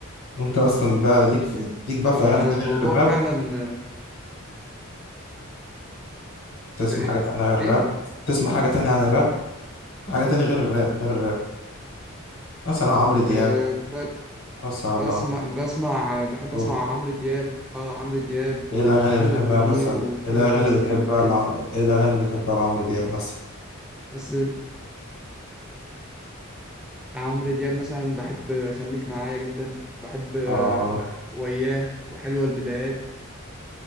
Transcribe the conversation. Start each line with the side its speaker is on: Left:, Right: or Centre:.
Left: وانت اصلا بقى ليك في ليك بقى
Centre: فالموضوع
Left: في اغاني تانية غير الراب
Centre: فعلا
Left: تسمع
Centre: في
Left: حاجه تانية غير الراب
Centre: ايه
Left: تسمع حاجه تانية عن الراب حاجة تانية غير الراب غير الراب مثلا عمرو دياب
Centre: آه، ب-
Left: مثلا
Centre: بسمع بسمع بحب
Left: شهور
Centre: اسمع عمرو دياب اه عمرو دياب ومحمد
Left: ايه الأغاني اللي بتحبها
Centre: منير
Left: مثلا
Centre: وتامر
Left: ايه الأغاني
Centre: حسني
Left: اللي بتحبها
Centre: وكده
Left: لع... ايه الأغاني اللي بتحبها لعمرو دياب مثلا
Centre: بس عمرو دياب مثلا بحب خليك معايا جدا بحب
Left: آه
Centre: وياه وحلوة البدايات